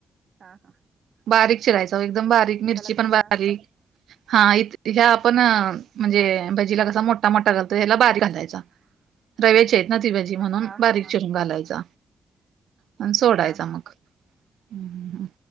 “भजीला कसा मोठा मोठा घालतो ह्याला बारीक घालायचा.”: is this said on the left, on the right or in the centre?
Right